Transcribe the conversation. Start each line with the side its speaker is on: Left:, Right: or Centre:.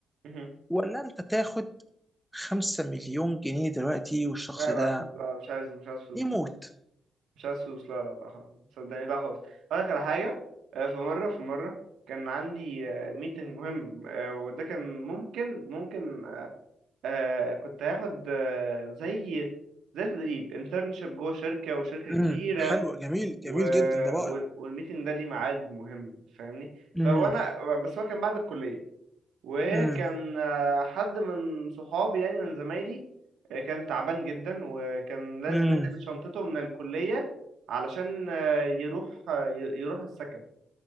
Right: مم؟
Centre: ولا انت تاخد 5 مليون جنيه دلوقتي والشخص
Right: لا لا
Centre: ده
Right: لا مش عايز مش عايز فلوس
Centre: يموت
Right: مش عايز فلوس مش عايز فلوس لا لا لا خلاص صدقني لا خلاص اقول لك على حاجه آه، في مره في مره كان عندي ميتنج مهم آه، وده كان ممكن ممكن آه، كنت هاخد آه، زي زي تدريب انترنشيب جوه شركه وشركه كبيره
Centre: امم حلو جميل
Right: و...
Centre: جميل جدا ده رائع
Right: وال- والميتنج ده ليه ميعاد مهم فاهمني
Centre: امم
Right: فوانا بس هو كان بعد الكليه وكان
Centre: امم
Right: آه، حد من صحابي يعني من زمايلي آه، كان تعبان جدا وكان لازم
Centre: امم
Right: ينقل شنطته من الكلية علشان آه، يروح آه، ي- يروح السكن